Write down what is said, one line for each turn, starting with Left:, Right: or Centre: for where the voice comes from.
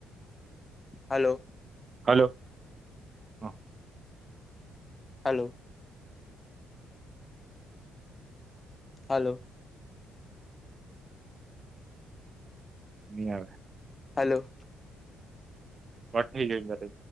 Left: હલો
Right: હલોો હ
Left: હલો. હાલો.
Right: નહી આવે
Left: હલો.
Right: બ ઠીકરે